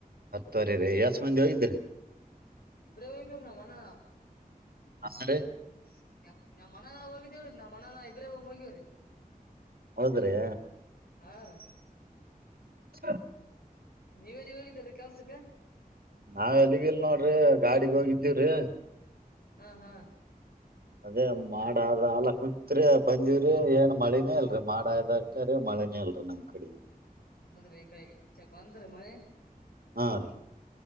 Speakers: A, on the right; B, on the left.
A: ತೊರಿ ರ ಎಷ್ಟು ಮಂದಿ ಹೋಗಿದ್ರಿ
B: ಇಬ್ರ ಹೈತರ್ ಮ್ಣಾನಾ
A: ಹಾ ರೀ
B: <unintelligible> ನಮ್ಮ್ ಮನ ನಾ ಹೋಗಿದೇವ್ರಿ ನಾವ್ ಮನ ನಾ ಇಬ್ರಾಬ ಹೋಗೇವ್ರಿ.
A: ಹೌದು ರಿ
B: ಹ ರಿ
A: ಹ
B: ನೀವೇ ನೀ ಹೋಗಿದ್ದೀ್ರರಿ ಕೆಲ್ಸಕ್ಕೆ
A: ನಾವ್ ಎಲ್ಲಿಗಿಲ್ ನೋಡ್ರಿ ಗಾಡಿಗ್ ಹೋಗಿದ್ದೀವ್ರಿ
B: ಹಾ ಹಾ
A: ಅದೇ ಮಾಡದ ಅಲ್ಲ ಕುಂತ್ರಿ ಬಂದಿವ್ರಿ ಏನ್ ಮಳಿನೇ ಅಲ್ರರಿ ಮಾಡ್ದಷ್ಟೀ ಮಿ ಮಳೆ ಅಲ್ರೀ ನಮ್ಮ್ ಕಡೆ
B: ಹೌದ್ರಿ ಈ ಕಡೆ ಈ ಚಕ್ ಬಂದ್ರಿ ಮಳೆ
A: ಹಾ ರೀ